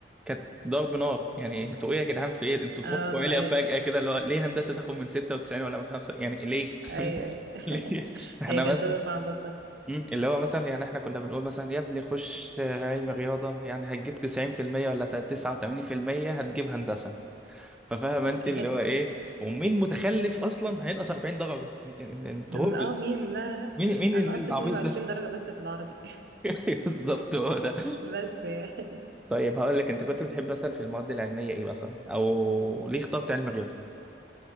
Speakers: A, in the centre; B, on the right.
A: كانت ضرب نار يعني انتوا ايه يا جدعان في ايه انتوا طموحكم
B: اه
A: عالي
B: أيوه
A: فجاه كده اللي هو ليه هندسه تاخد من 96 ولا من 5 يعني ليه <laughs>
B: أيوه أيوه <laughs>
A: ليه احنا
B: هي كانت
A: بس
B: سنة صعبة الصراحة
A: مم. اللي هو مثلا يعني احنا كنا بنقول مثلا يا ابني خش آه، علم رياضة يعني هتجيب 90% ولا 89% هتجيب هندسة ففاهم انت
B: <laughs>
A: اللي هو ايه ومين متخلف اصلا هينقص 40 درجة إن- إن- إن- انت
B: لما-
A: هبل
B: اه مين لا
A: مين مين
B: أنا
A: العبيط
B: أصلا 22
A: ده
B: درجة بس في العربي <laughs>
A: <laughs> بالظبط هو ده
B: بس يعني.
A: طيب هقول لك انت كنت بتحب مثلا في المواد العلمية ايه مثلا او ليه اخترت علم رياضة